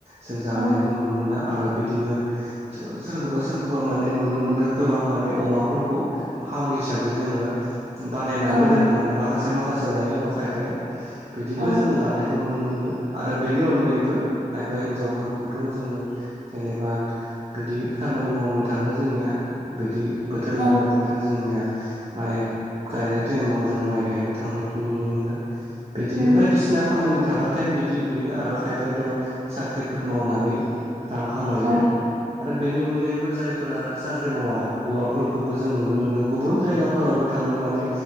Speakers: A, on the right; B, on the right.
A: जों जानायखौ
B: औ
A: नुनो मोनो। आरो बिदिनो सोरखौबा सोर खोबा माने नुनो मोनो गोबां माने अमाफोरखौ फार्म हिसाबै जोङो बानायनानै
B: औ
A: दोनो माने माखासे माखासे लायो आरो खायफाया बिदिबो
B: औ
A: जोङो लानाय बेखौ नुनो मोनो आरो बेनि अनगायैबो खायफा हिनजावफोरखौथ' जोङो जेनेबा बिदि खामानि मावनो थाङो जोंनिया बिदि बोथोर
B: औ
A: लाना बोथोर जोंनिया माइ गायनाय टाइमाव जों माइ गायनो थांनायखौ नुनो मोनो। बिदिनो
B: उम
A: बायदिसिना खामानि थाबाथाय बिदि नुयो आरो खायफायाथ' साख्रिफोर मावनानै रां खामायो
B: औ
A: आरो बेनि अनगायैबो जाय फोर साख्रि मावा हौवाफोरखौबो जों नुनो मोनो गुबुन जायगाफोरावबो थाङो माने